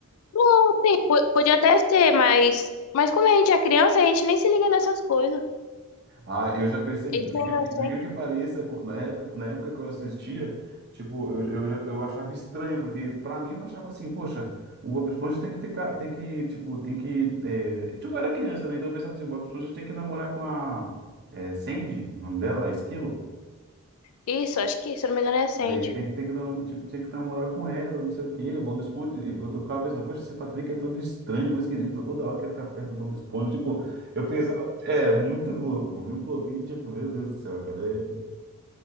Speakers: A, on the left; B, on the right.
A: Não, sim, po- podia até ser, mas, mas como a gente é criança, a gente nem se liga nessas coisas.
B: Ah, eu já percebi,
A: isso
B: por
A: gente
B: incrível
A: é inocente.
B: que por incrível que pareça, co- na época, na época que eu assistia, tipo, eu, eu, já- eu achava estranho, porque pra mim eu achava assim, poxa, o Bob Esponja tem que ficar, tem que, tipo, tem que, é, tipo, eu era criança, né, então eu pensava assim, o Bob Esponja tem que namorar com a é, Sandy, o nome dela, a Esquilo,
A: Isso, acho que, se eu não me engano, é Sandy.
B: aí tem que, tem que, nam- tipo, tinha que namorar com ela, não sei o quê, o Bob Esponja, e eu, eu ficava pensando, poxa, esse Patrick é todo estranho, muito esquisito, toda hora quer ficar perto do Bob Esponja, tipo, eu pensava, é, muito louco, muito louco, e tipo, meu Deus do céu, cara, é